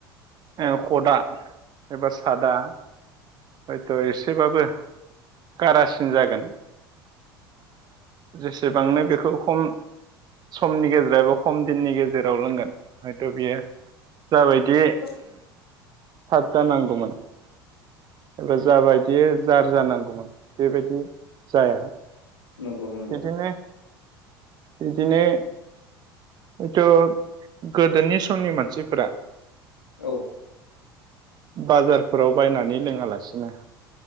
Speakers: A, on the right; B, on the left.
A: ओ खदआ एबा सादा हयथ' एसेबाबो कारासिन जागोन। जेसेबांनो बेखौ खम समनि गेजेराव खम दिननि गेजेराव लोंगोन हयथ' बियो जाबायदि
B: औ
A: फ्राद जानांगौमोन एबा जाबायदि जार जानांगौमोन बेबायदि जाया
B: नंगौ नंगौ
A: बिदिनो-बिदिनो हयथ' गोदोनि समनि मानसिफोरा
B: औ
A: बाजारफोराव बायनानै लोङालासिनो